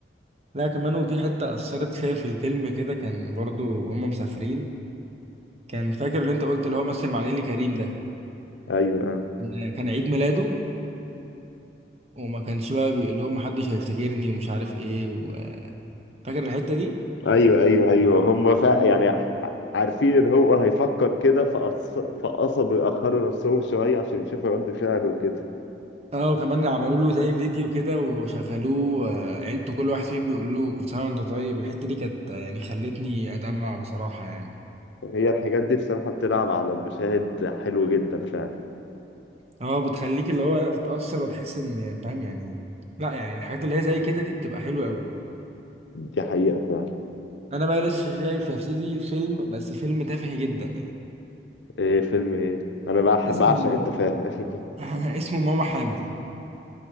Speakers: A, on the right (about 35°); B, on the left (about 80°).
A: لا كمان وفي حته اثرت فيها في الفيلم كده كان برضو هم مسافرين كان فاكر اللي انت قلت اللي هو مثل مع نيلي كريم ده
B: ايوه
A: كان كان عيد ميلاده وما كانش بقى بيقول لهم محدش هيفتكرني ومش عارف ايه و... فاكر الحتة دي
B: ايوه ايوه ايوه هم فا
A: آه.
B: يعني ع- عارفين ان هو هيفكر كده فقص... فقصدوا يأخروا نفسهم شوية عشان يشوفوا رد فعله وكده
A: اه وكمان عملوا له زي فيديو كده وشغلوه آه، عيلته كل واحد فيهم بيقول له كل سنه وانت طيب الحته دي كانت آه، يعني خلتني ادمع بصراحه يعني
B: هي الحاجات دي بصراحة بتلعب على المشاهد حلو جدا فعلا
A: اه بتخليك اللي هو لا تتاثر وتحس ان فاهم يعني لا يعني الحاجات اللي هي زي كده دي بتبقى حلوه قوي
B: دي حقيقة فعلا
A: انا بقى لسه شايف يا سيدي فيلم بس فيلم تافه جدا يعني
B: ايه فيلم ايه انا بح-
A: اسمه
B: بعشق التفاهة <laughs>
A: <laughs> اسمه ماما حامل